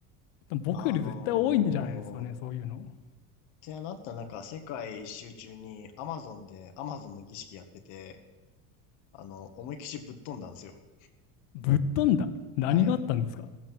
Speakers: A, on the left (about 75°); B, on the left (about 50°).
A: 多分僕より絶対多いんじゃないですかね、
B: あのー、っ
A: そういうの。
B: てなったなんか世界一周中に Amazon で Amazon の儀式やってて、あの、思いっきしぶっ飛んだんですよ。
A: ぶっ飛んだ。何があったんですか
B: はい。